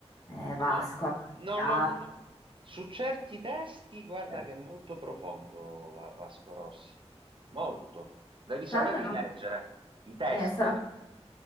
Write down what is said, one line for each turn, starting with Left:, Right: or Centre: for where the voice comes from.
Left: eh, Vasco
Right: No,
Left: a Battiato.
Right: non lo- no. su certi testi, guarda
Left: eh,
Right: che è molto profondo Va- Vasco Rossi, molto. Devi saperli
Left: Sarà che non...
Right: leggere, i testi,
Left: eh, sarà...